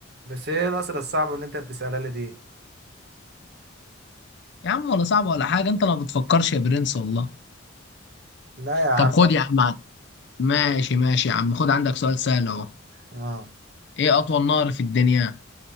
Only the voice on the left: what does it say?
يا عم ولا صعب ولا حاجة انت ما بتفكرش يا برنس والله
طب خد
يا عم
ع- ماشي ماشي يا عم خد عندك سؤال سهل اهو
ايه اطول نهر في الدنيا